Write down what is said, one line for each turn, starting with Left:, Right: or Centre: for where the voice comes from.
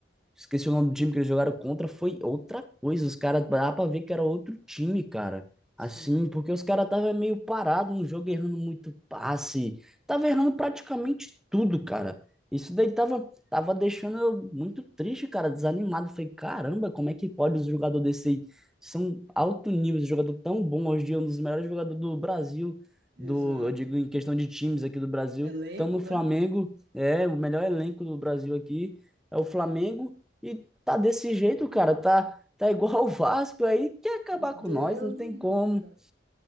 Centre: Esqueci o nome do time que eles jogaram contra, foi outra coisa. Os caras, dá pra ver que era outro time, cara.
Right: Sim,
Centre: Assim, porque os caras estavam meio parados no jogo, errando muito passe. Tava errando praticamente tudo, cara. Isso daí tava, tava deixando eu muito triste, cara, desanimado. Falei, caramba, como é que pode os jogadores desse aí? São alto nível, esse jogador tão bom hoje em dia, um dos melhores jogadores do Brasil,
Right: exato.
Centre: do, eu digo em questão de times aqui do Brasil.
Right: Elenco,
Centre: Estamos no
Right: né?
Centre: Flamengo, é o melhor elenco do Brasil aqui. É o Flamengo e tá desse jeito, cara. Tá, tá igual o Vasco aí, quer acabar
Right: Deus
Centre: com nós, não
Right: me
Centre: tem
Right: livre,
Centre: como.
Right: cara.